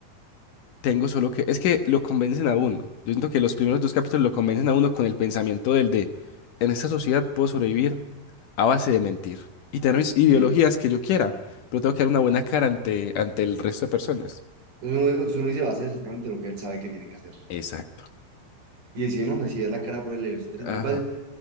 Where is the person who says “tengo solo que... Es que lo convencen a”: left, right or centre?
Left